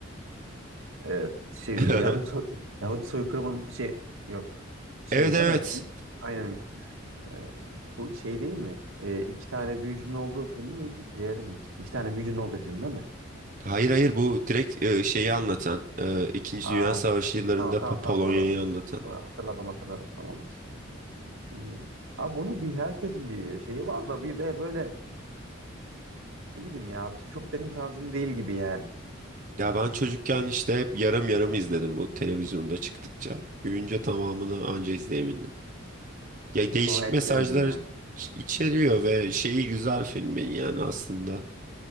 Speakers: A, on the right; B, on the right.
A: evet, şey,
B: <laughs>
A: Ya- Yahudi, so- Yahudi soykırımın şey yok. Şey
B: Evet evet.
A: değil mi? İ- Aynen. Ee, bu şey değil mi? Ee, iki tane büyücünün olduğu film miydi? Diğeri miydi? İki tane büyücünün olduğu film değil mi?
B: Hayır hayır bu direkt e, şeyi anlatan. e, İkinci
A: Aa,
B: Dünya Savaşı yıllarında
A: tamam
B: Po-
A: tamam
B: Polonya'yı
A: tamam doğru. hat-
B: anlatan.
A: Doğru hatırladım hatırladım tamamdır. Ee, abi bunun bir herkesin bir şeyi var da bir de böyle ne bileyim ya çok benim tarzım değil gibi yani.
B: Ya ben çocukken işte hep yarım yarım izledim bu televizyonda çıktıkça. Büyüyünce tamamını
A: Hı hı.
B: anca izleyebildim. Ya
A: Sonra
B: değişik
A: etkilendin
B: mesajlar
A: yani.
B: iç- içeriyor ve şeyi güzel filmin yani aslında.